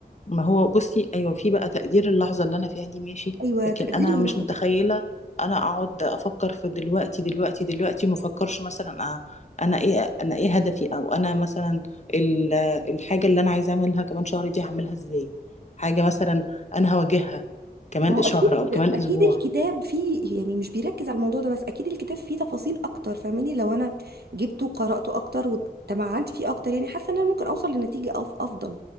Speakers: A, on the left; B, on the right.
A: ما هو بصي ايوه في بقى تقدير اللحظه اللي انا فيها دي ماشي
B: ايوه
A: لكن
B: تقدير
A: انا
B: اللحظة
A: مش متخيله انا اقعد افكر في دلوقتي دلوقتي دلوقتي ما افكرش مثلا أ- انا ايه انا ايه هدفي او انا مثلا ال- الحاجه اللي انا عايزه اعملها كمان شهر دي هعملها ازاي حاجه مثلا انا هواجهها كمان
B: ما هو اكيد
A: شهر او كمان
B: اكيد
A: اسبوع
B: الكتاب فيه يعني مش بيركز على الموضوع ده بس اكيد الكتاب فيه تفاصيل اكتر فاهماني لو انا جبته وقراته اكتر وتمعنت فيه اكتر يعني حاسه ان انا ممكن اوصل لنتيجه أو افضل